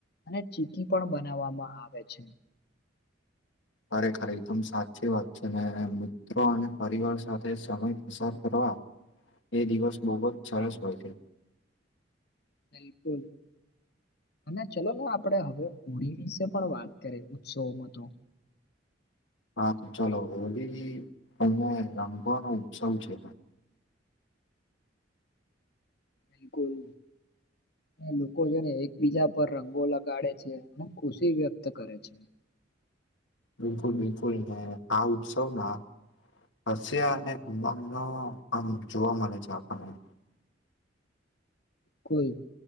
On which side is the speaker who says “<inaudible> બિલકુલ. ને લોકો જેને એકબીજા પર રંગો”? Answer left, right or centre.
Left